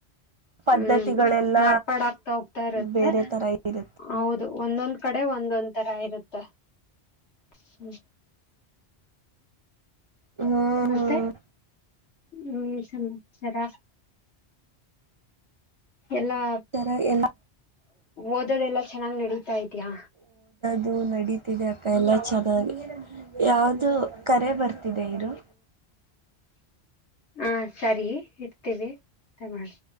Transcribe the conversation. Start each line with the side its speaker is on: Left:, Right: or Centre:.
Right: ಪದ್ಧತಿಗಳೆಲ್ಲ
Left: ಹ್ಮ್ ಮಾರ್ಪಾಡ ಆಕ್ತಾ ಹೋಗ್ತಾ ಇರುತ್ತೆ
Right: ಬೇರೆ ತರ ಇರುತ್ತೆ
Left: ಹೌದು ಒಂದೊಂದ್ ಕಡೆ ಒ ಒಂದೊಂದ್ ತರ ಇರುತ್ತ ಹ್ಮ.
Right: ಹ್ಮ್
Left: ಮತ್ತೆ
Right: ಹ್ಮ್
Left: ಹ್ಮ ಸಮಾಚಾರ. ಎಲ್ಲಾ
Right: ತರ ಎಲ್ಲ
Left: ಓದೋದೆಲ್ಲಾ ಚೆನ್ನಾಗ್ ನಡೀತಾ ಇದ್ಯಾ.
Right: ಇದು ನಡೀತಿದೆ ಅಕ್ಕ ಎಲ್ಲ ಚೆನ್ನಾಗಿ ಯಾವ್ದ. ಕರೆ ಬರ್ತಿದೆ ಇರು.
Left: ಹಾ ಸರಿ ಇಡ್ತೇವಿ ಅ ಮಾಡಿ.